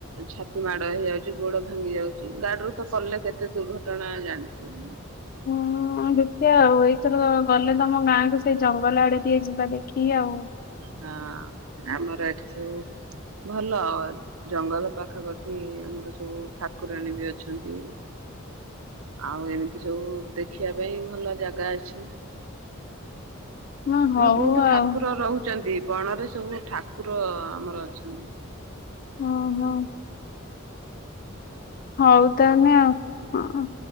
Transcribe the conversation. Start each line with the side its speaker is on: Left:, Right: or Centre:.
Right: ଛାତି ମାଡ ହେଇଯାଉଛି ଗୋଡ ଭାଙ୍ଗି ଯାଉଛି ଗାଡିରୁ ତ ପଡିଲେ କେତେ ଦୁର୍ଘଟଣା ଜାଣିଥିବ।
Left: ହଁ ହଁ ଆଉ ଦେଖିଆ ଆଉ ଏଇଥର ଗଲେ ତମ ଗାଁକୁ ସେଇ ଜଙ୍ଗଲ ଆଡେ ଟିକିଏ ଯିବା ଦେଖି ଆଉ।
Right: ହଁ ଆମର ଏଠି ସବୁ ଭଲ ଜଙ୍ଗଲ ପାଖା ପାଖି ଆମର ସବୁ ଠାକୁରାଣୀ ବି ଅଛନ୍ତି ଆଉ ଏମିତି ସବୁ ଦେଖିବା ପାଇଁ ଭଲ ଜାଗା ଅଛି।
Left: ହଁ ହଉ
Right: ଆମର ବହୁତ ଠାକୁର
Left: ଆଉ
Right: ରହୁ ଚନ୍ତି ବଣରେ ସବୁ ଠାକୁର ଆମର ଅଛନ୍ତି।
Left: ଓହୋ। ହଉ ତାହଲେ ଆଉ। ହଁ।